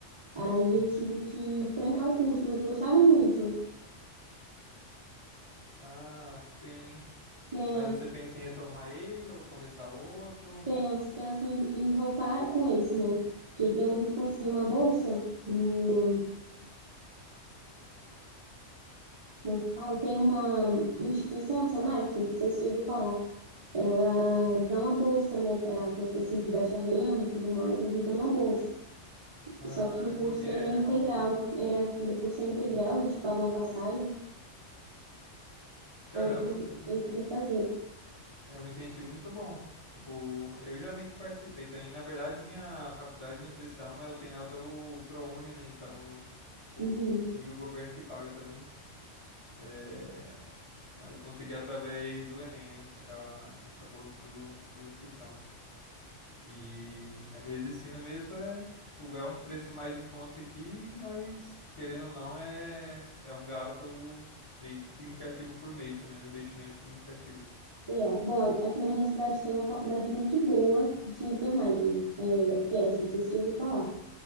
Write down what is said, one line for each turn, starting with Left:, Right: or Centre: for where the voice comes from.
Right: aí
Left: Uhum.
Right: eu tive que trancar o curso, mas eu gostava muito,
Left: Ah, que pena, hein?
Right: né?
Left: Mas você pensa em retomar ele ou começar outro?
Right: Penso, penso em, em voltar com esse, né? Queria muito conseguir uma bolsa no. Como é que fala? Tem uma instituição, Senac, não sei se você ouviu falar. Ela dá uma bolsa, né, para pessoas assim, de baixa renda e tudo mais, eles dão uma bolsa.
Left: Ah,
Right: Só que o curso
Left: entendi.
Right: ele
Left: É,
Right: é integral.
Left: é uma boa.
Right: É, e o curso é integral,
Left: Uhum.
Right: eles pagam a passagem.
Left: Caramba.
Right: Aí que eu queria fazer.
Left: É um incentivo muito bom. Tipo, eu já meio que participei também. Na verdade, minha faculdade de nutrição, eu tenho ela pelo ProUni, né? Então, tipo,
Right: Uhum.
Left: meio que o governo que paga também. É... Mas eu consegui através do Enem, hein? a- Essa bolsa do... de nutrição. E a medicina mesmo é, tipo, é um preço mais em conta aqui, mas querendo ou não, é, é um gasto meio que significativo por mês também, é um investimento significativo.
Right: É, bom, aqui na minha cidade tem uma faculdade muito boa de enfermagem, é, FES, não sei se você ouviu falar.